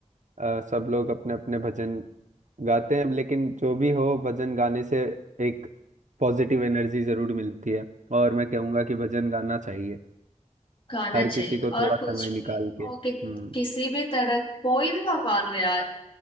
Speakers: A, on the right (about 75°); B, on the left (about 45°).
A: अ, सब लोग अपने अपने भजन गाते हैं लेकिन जो भी हो भजन गाने से एक पॉजिटिव एनर्जी जरूर मिलती है और मैं कहूँगा कि भजन गाना चाहिए
B: गाना
A: हर
B: चाहिए
A: किसी को थोड़ा
B: और
A: समय
B: कुछ
A: निकाल
B: भी और
A: के हम्म
B: कि, किसी भी तरह कोई भी भगवान हो यार